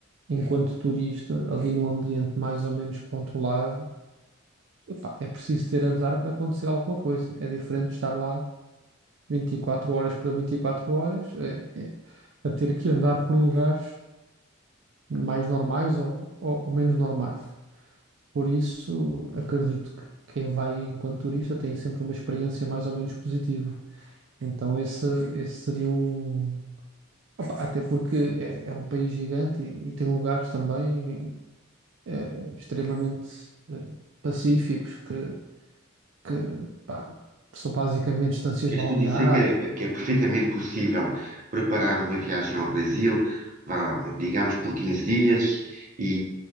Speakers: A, on the right; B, on the right.
A: enquanto turista, ali num ambiente mais ou menos controlado, epá, é preciso ter azar para acontecer alguma coisa. É diferente de estar lá 24 horas para 24 horas, eh, eh, a ter que andar por lugares mais normais ou, ou, ou menos normais. Por isso, acredito que quem vai enquanto turista tem sempre uma experiência mais ou menos positiva. Então, esse, esse seria um. Opa, até porque é, é um país gigante e, e tem lugares também eh, extremamente eh, pacíficos que, que, pá, que são basicamente estâncias
B: Queres
A: balneares.
B: tu dizer que é, que é perfeitamente possível preparar uma viagem ao Brasil, vá, digamos, por 15 dias e